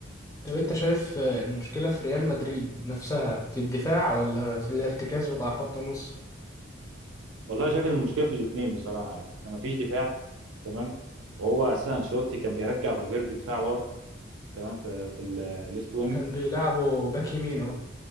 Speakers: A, on the left (about 15°); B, on the right (about 75°).
A: طب انت شايف آه، المشكلة في ريال مدريد نفسها في الدفاع ولا في الارتكاز بتاع خط النص
B: والله شايف المشكله في الاثنين بصراحه يعني احنا مفيش دفاع تمام وهو اساسا انشيلوتي كان بيرجع فالفيردي دفاع ورا تمام في, في الليفت وينج
A: كان بيلعبوا باك يمين اهو